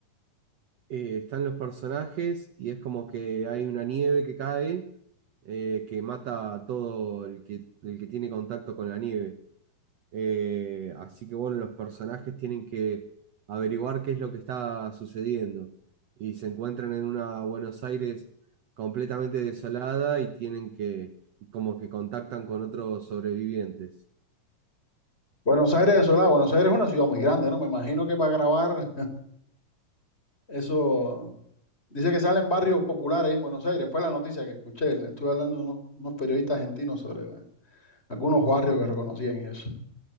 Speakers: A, on the right; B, on the left.
A: eh, están los personajes y es como que hay una nieve que cae eh, que mata a todo el que, el que tiene contacto con la nieve. Eh, así que bueno, los personajes tienen que averiguar qué es lo que está sucediendo y se encuentran en una Buenos Aires completamente desolada y tienen que, y como que contactan con otros sobrevivientes.
B: Buenos Aires, eso la- Buenos Aires es una ciudad muy grande, ¿no? Me imagino que para grabar eso, dice que salen barrios populares en Buenos Aires, fue la noticia que escuché, le estuve hablando de unos, unos periodistas argentinos sobre la- algunos barrios que reconocían y eso,